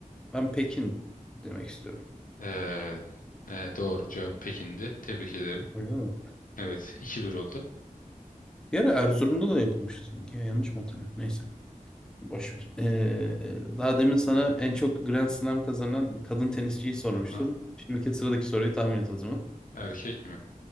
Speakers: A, in the centre; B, on the left.
A: Ben Pekin demek istiyorum.
B: Ee, e, doğru cevap Pekin'di. Tebrik ederim.
A: Öyle mi?
B: Evet. iki bir oldu.
A: Bir ara Erzurum'da da yapılmıştı sanki. Ya, yanlış mı hatırlıyorum? Neyse. Boş ver. Ee, daha demin sana en çok Grand Slam kazanan kadın tenisçiyi sormuştum.
B: Aha.
A: Şimdiki sıradaki soruyu tahmin et o zaman.
B: Erkek mi?